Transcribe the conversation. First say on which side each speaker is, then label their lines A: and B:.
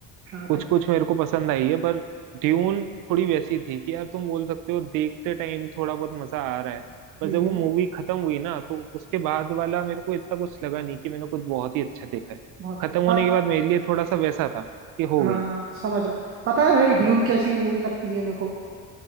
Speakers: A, on the right; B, on the right.
A: हाँ भाई
B: कुछ कुछ मेरे को पसंद आई है पर ड्यून थोड़ी वैसी थी कि यार तुम बोल सकते हो देखते टाइम थोड़ा बहुत मजा आ रहा है पर
A: हम्म
B: जब वो
A: हम्म
B: मूवी खत्म हुई ना तो उसके बाद वाला मेरे को इतना कुछ लगा नहीं कि मैंने कुछ बहुत ही अच्छा देखा है
A: बहुत
B: खत्म होने
A: पत
B: के बाद मेरे लिए थोड़ा सा वैसा था कि हो
A: हाँ
B: गई खत्म
A: समझ रहा हूँ पता है भाई ड्यून कैसी मूवी लगती है मेरे को